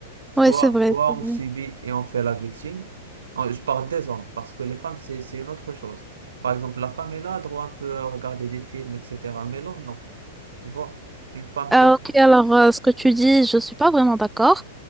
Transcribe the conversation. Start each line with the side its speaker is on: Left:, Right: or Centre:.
Right: Soit,
Centre: ouais, c'est vrai,
Right: soit
Centre: c'est
Right: on
Centre: vrai.
Right: subit et on fait la victime. En- Je parle des hommes, parce que les femmes, c'est, c'est une autre chose. Par exemple, la femme, elle a droit un peu à regarder des films, etc. Mais l'homme, non. Tu vois, une femme
Centre: Ah,
Right: qui regrette
Centre: ok, alors euh, ce que tu dis, je suis pas vraiment d'accord